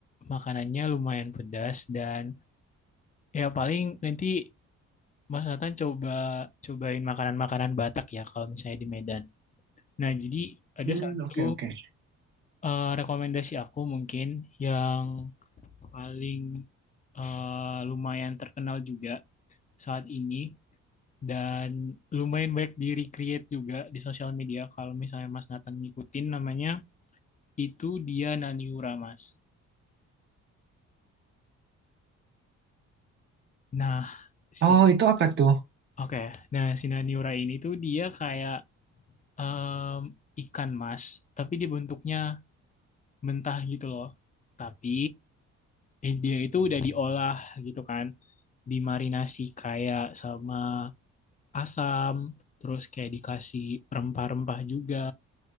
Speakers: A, on the left (about 25°); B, on the right (about 40°).
A: makanannya lumayan pedas dan ya paling nanti Mas Nathan coba cobain makanan-makanan Batak ya kalau misalnya di Medan. Nah, jadi ada
B: Hmm,
A: satu
B: oke oke.
A: eh, rekomendasi aku mungkin yang paling eh, lumayan terkenal juga saat ini dan lumayan banyak di recreate juga di sosial media kalau misalnya Mas Nathan ngikutin namanya itu dia Naniura Mas. Nah, si
B: Oh, itu apa tuh?
A: oke. Nah, si Naniura ini tuh dia kayak em, ikan mas, tapi dia bentuknya mentah gitu loh. Tapi eh, dia itu udah diolah gitu kan dimarinasi kayak sama asam, terus kayak dikasih rempah-rempah juga.